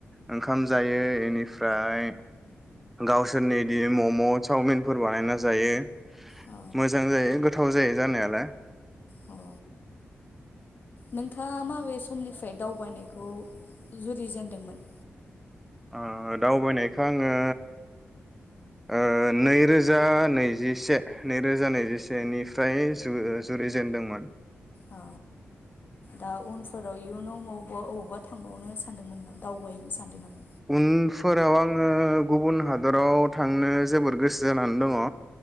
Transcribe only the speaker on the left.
अ
औ नोंथाङा माबे समनिफ्राय दावबायनायखौ जुरिजेेनदोंमोन?
औ दा उनफोराव इयुनाव मबबा अबावबा थांबावनो सानदोंमोनामा दावबायैनो सानदों नामा?